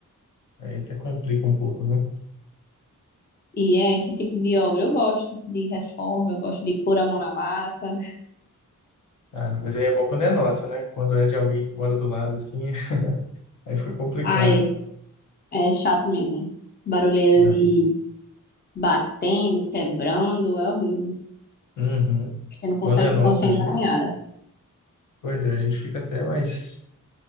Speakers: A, on the left (about 65°); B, on the left (about 30°).
A: aí até complica um pouco, né?
B: E é, que tipo de obra? Eu gosto de reforma, eu gosto de pôr a mão na massa.
A: Ah, mas aí é bom quando é nossa, né? Quando é de alguém que mora do lado, assim, <laughs> aí fica complicado,
B: Ai, é chato mesmo. Barulheira
A: né?
B: de batendo, quebrando, é horrível.
A: Uhum.
B: Você não consegue
A: Quando é
B: se
A: nossa
B: concentrar
A: ali,
B: em nada.
A: pois é, a gente fica até mais...